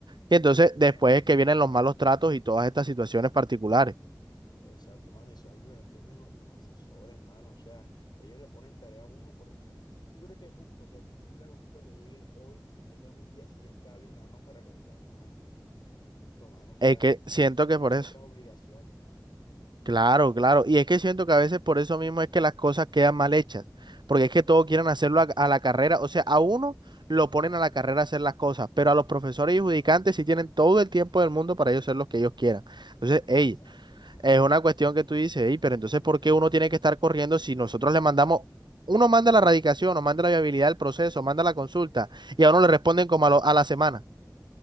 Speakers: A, on the right; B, on the left.
A: Y entonces
B: Exacto,
A: después es que
B: mano.
A: vienen los malos tratos y todas estas situaciones particulares.
B: Exacto, mano, y eso es algo que no entienden lo- los asesores, mano. O sea, ellos le ponen tarea a uno por... ¿Tú, tú- tú crees que es justo que a ti la consulta te llegue hoy y tengas un día siguiente hábil nada más para erradicarla, mano? Eso no es justo, mano. O sea,
A: Es que siento
B: y si tú
A: que
B: tienes
A: por eso.
B: otras obligaciones, mano.
A: Claro, claro. Y es que siento que a veces por eso mismo es que las cosas quedan mal hechas. Porque es que todos quieren hacerlo a, a la carrera. O sea, a uno lo ponen a la carrera a hacer las cosas, pero a los profesores y judicantes sí tienen todo el tiempo del mundo para ellos hacer lo que ellos quieran. Entonces,
B: Exacto,
A: hey,
B: mano.
A: es una cuestión que tú dices, hey, pero entonces, ¿por qué uno tiene que estar corriendo si nosotros le mandamos, uno manda la radicación, o manda la viabilidad del proceso, manda la consulta, y a uno le responden como a lo- a la semana?